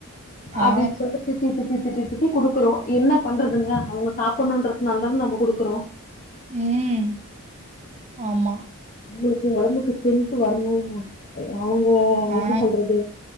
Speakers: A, on the left; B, on the right.
A: அப்டினு
B: ஆ.
A: சொல்லிட்டு திட்டி திட்டி திட்டி திட்டி குடுக்குறோம் என்ன பண்றதுங்க அவங்க சாப்பிடணும்ன்றதுனால தானே நம்ம குடுக்குறோம்
B: ம் ஆமா
A: உங்களுக்கு ஒடம்புக்கு ஸ்ட்ரென்த் வரணு அவுங்க
B: ஆ.
A: எப்டி சொல்றது